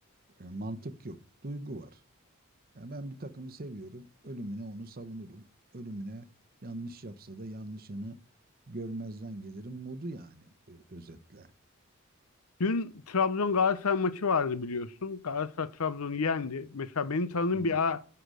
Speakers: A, on the right; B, on the left.
A: e, mantık yok duygu var. Ya ben bir takımı seviyorum ölümüne onu savunurum ölümüne yanlış yapsa da yanlışını görmezden gelirim modu yani ö- özetle.
B: Dün Trabzon Galatasaray maçı vardı biliyorsun. Galatasaray Trabzon'u yendi. Mesela benim tanıdığım
A: Evet.
B: bir, a